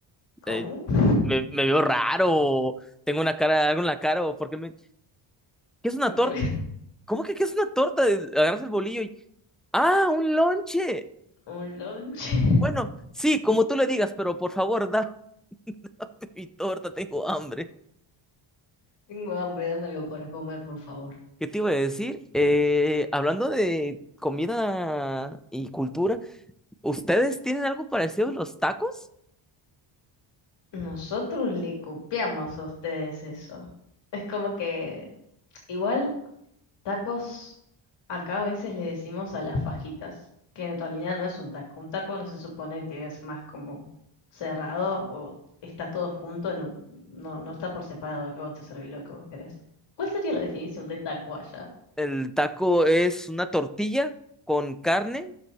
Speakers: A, on the left (about 60°); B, in the centre.
A: ¿Cómo?
B: eh,
A: <laughs>
B: me, me veo raro, tengo una cara, algo en la cara, o porque me... ¿Qué es una torta?
A: ¿Qué
B: ¿Cómo que qué es una torta? Agarras el bolillo y... ¡Ah, un lonche!
A: Un lonche. <laughs>
B: Bueno, sí, como tú le digas, pero por favor, dame <laughs> mi torta, tengo hambre.
A: Tengo hambre, dame algo para comer, por favor.
B: ¿Qué te iba a decir? Eh, hablando de comida y cultura, ¿ustedes tienen algo parecido a los tacos?
A: Nosotros le copiamos a ustedes eso. Es como que <tsk> igual. Tacos, acá a veces le decimos a las fajitas, que en realidad no es un taco. Un taco no se supone que es más como cerrado o está todo junto, no, no, no está por separado que vos te servís lo que vos querés. ¿Cuál sería la definición de taco allá?
B: El taco es una tortilla con carne,